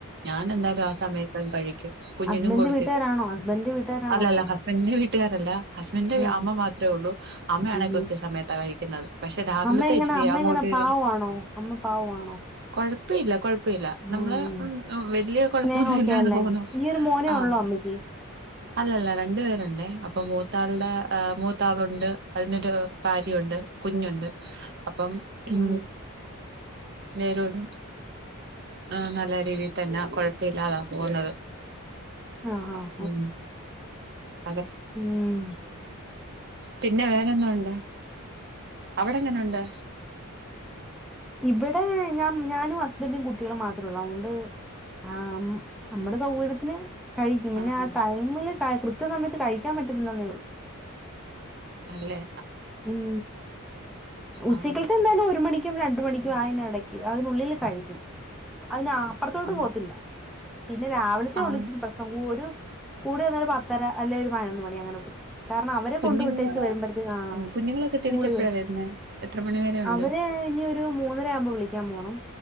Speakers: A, on the right; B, in the centre.
A: ഞാൻ എന്തായാലും ആ സമയത്തങ്ങ് കഴിക്കും കുഞ്ഞിനും
B: ഹസ്ബൻഡ്
A: കൊടുത്തിട്ട്
B: വീട്ടുകാരാണോ ഹസ്ബൻഡ് വീട്ടുകാരാണോ
A: അല്ലല്ല
B: അങ്ങനെ
A: ഹസ്ബെൻിനെ വീ ട്ടുകാരല്ല ഹസ്ബൻഡന്റെ
B: ആ
A: അമ്മ മാത്രേ ഉള്ളൂ അമ്മയാണ്
B: ഉം
A: കൃത്യസമയത്ത കഴിക്കുന്നത് പക്ഷെ രാവിലത്തെ
B: അമ്മ എങ്ങനെ
A: ഇച്ചിരി
B: അമ്മ
A: അങ്ങോട്ട്
B: എങ്ങനെ പാവമാണോ അമ്മ പാവമാണോ
A: കുഴപ്പയില്ല കൊഴപ്പയില്ല നമ്മള്
B: ഉം
A: വല്യ കൊഴപ്പൊന്നും
B: സ്നേഹമൊക്കെ
A: ഇല്ലാതെ
B: അല്ലേ
A: പോവുന്നു
B: ഈ ഒരു മോനേ
A: ആഹ
B: <inaudible>
A: അല്ലല്ല രണ്ടു പേരുണ്ടേ അപ്പൊ മൂത്താളുടെ മൂത്താളുണ്ട് അതിനൊരു ഭാര്യയുണ്ട് കുഞ്ഞുണ്ട് അപ്പം ഹ്
B: ഉം
A: വേരോട് ആ നല്ല രീതിയിൽ തന്നെ കൊഴപ്പ ഇല്ലാതാ പോകുന്നത്
B: ആഹ് ആഹ്
A: ഉം അതെ
B: ഉം
A: പിന്നെ വേറെന്താ ഉണ്ട് അവിടെ എങ്ങനെ ഉണ്ട്
B: ഇവിടെ ഞാൻ ഞാനും ഹസ്ബൻറും കുട്ടികളും മാത്രേ ഉള്ളൂ അതുകൊണ്ട് ആഹ നമ്മടെ സൗകര്യത്തിന് കഴിക്കും പിന്നെ
A: ആഹ്
B: ആ
A: ഉം
B: ടൈമില് ക കൃത്യ സമയത്ത് കഴിക്കാൻ പറ്റുന്നില്ലെന്നേ ഉള്ളു
A: അല്ലെ
B: ഉം ഉച്ചക്കൽത്തെ
A: ആഹ്
B: എന്തായാലും ഒരു മണി- ക്കും രണ്ട് മണിക്കും അതിന് ഇടക്ക് അതിനുള്ളിൽ കഴിക്കും അതിന് അപ്പുറത്തോട്ട്
A: അം
B: പോകത്തില്ല പിന്നെ രാവിലത്തെ
A: ആഹ്
B: ഒള്ളൂ ച്ചിരി പ്രശ്നം ഒരു കൂടി വന്ന ഒരു പത്തര അല്ലെ ഒരു പതിനൊന്ന് മണി അങ്ങനെ പോകും കാരണം അവരെ
A: കുഞ്ഞുങ്ങള്
B: കൊണ്ട് വിട്ടേച്ചു വരുമ്പോഴത്തേ ആ
A: ഉം കുഞ്ഞുങ്ങളൊക്കെ
B: സ്കൂളുകൾ
A: തിരിച്ചെപ്പഴാ വരുന്നേ? എത്ര മണി വരെ ഉണ്ട്?
B: അവര് ഇനി ഒരു മൂന്നര ആവുമ്പോ വിളിക്കാൻ പോണം